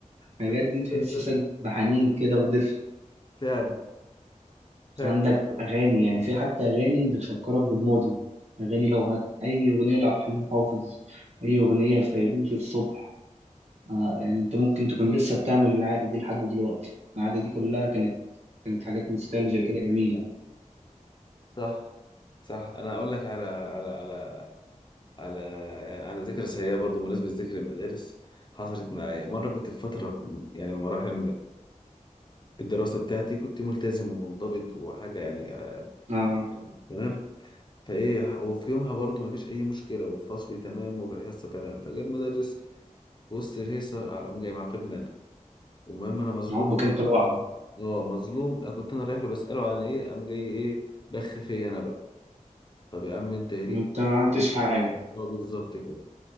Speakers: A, on the right (about 55°); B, on the left (about 35°).
A: الحاجات
B: ده ده
A: دي تحسسك
B: مسلسل
A: بحنين كده ودفء
B: فعلا فعلا
A: عندك اغاني يعني في حتى اغاني بتفكرك بالماضي اغاني لو هت اي اغنيه لعبد الحليم حافظ اي اغنيه لفيروز الصبح آه يعني انت ممكن تكون لسه بتعمل العاده دي لحد دلوقتي العاده دي كلها كانت كانت حاجات نوستالجيا كده جميله
B: صح صح انا هقول لك على على على على يعني على ذكرى سيئه برضو بالنسبه لذكر المدارس حصلت معايا مره كنت في فتره يعني من مراحل الدراسة بتاعتي كنت ملتزم ومنضبط وحاجة يعني آه،
A: اه
B: تمام فايه وفي يومها برضو مفيش اي مشكله وفي فصلي تمام وفي الحصه تمام فجاء المدرس في وسط الهيصه آه، قام جاي معاقبني انا المهم انا مظلوم
A: عاجبك انت لوحدك
B: اه مظلوم أنا كنت انا رايح له بساله عن ايه قام جاي ايه بخ فيا انا بقى طب يا عم انت يليك
A: انت ما عملتش حاجه
B: اه بالظبط كده